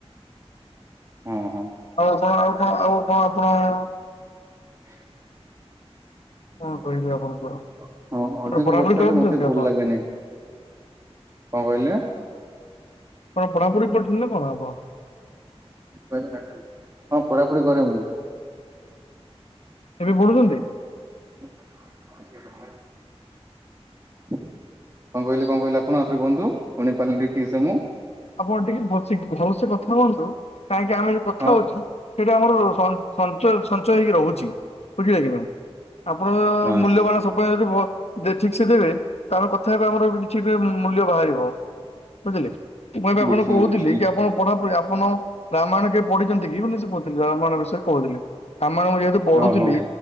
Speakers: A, on the right; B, on the left.
A: ହଁ ହଁ
B: ଆଉ ଆପଣ ଆଉ କଅଁ ଆଉ କଅଁ ଆପଣ-ଣ
A: ହେଲୋ
B: କଣ
A: ହଁ
B: କହିବି ଆପଣଙ୍କର
A: ଅଧିକ
B: ଆପଣ ପଢାପଢି
A: ବଛା ହେଲେ
B: କରୁଛନ୍ତି
A: ମତେ ଭଲ୍
B: ଆପଣ
A: ଲାଗେନେଇଁ। କଅଁ କଇଲେ?
B: କଣ ପଢାପଢି କରୁଥିଲେ ନା କଣ ଆପଣ।
A: ମୋବାଇଲ ରେ ଡାଟାରୁ, ହଁ ପଢାପଢି କରେ ମୁଁ।
B: ଏବେ ପଢୁଛନ୍ତି?
A: <inaudible> କିଏ ରମେଶ କଅଁ କଇଲେ, କଅଁ କଇଲେ, ଆପଣ ଆଉ ଥରେ କୁହନ୍ତୁ, ଶୁଣି ପାରିଲିନି ଠିକ୍ ସେ ମୁଁ।
B: ଆପଣ ଟିକେ ଭଲ୍ସେ ଗି ଭଲ୍ସେ କଥା ହୁଅନ୍ତୁ, କାହିଁକି ଆମେ ଯୋଉ କଥା
A: ହଁ
B: ହୋଉଚୁ ସେଇଟା ଆମର ସଂ ସଂଚୟ ସଂଚୟ ହେଇକି ରୋହୁଛି। ବୁଝିଲ କି ମ୍ୟାମ୍, ଆପଣଙ୍କ ର
A: ବାସ୍
B: ମୂଲ୍ୟବାନ ସ ଯଦି ଜେଦି ଭ ବେଠିକ୍ ସେ ଦେବେ, ତାର କଥା ହେବା ଆମର ବି ବିଛିଦେ ମୂଲ୍ୟ ବାହାରିବ। ବୁଝିଲେ, ମୁଁ ଏବେ ଆପଣଙ୍କୁ
A: ବୁଝିଲି
B: କୋହୁଥିଲି
A: ବୁଝିଲି
B: କି ଆପଣ ପଢାପଢି ଆପନ ରାମାୟଣ କିଏ ପଢିଛନ୍ତି କି ବୋଲି ସେ କହୁଥିଲେ, ରାମାୟଣ ବିଷୟ କୋହୁଥିଲେ, କାମାୟଣ ମୁଁ ଯେହେତୁ ପଢୁଥିଲି
A: ହଁ ହଁ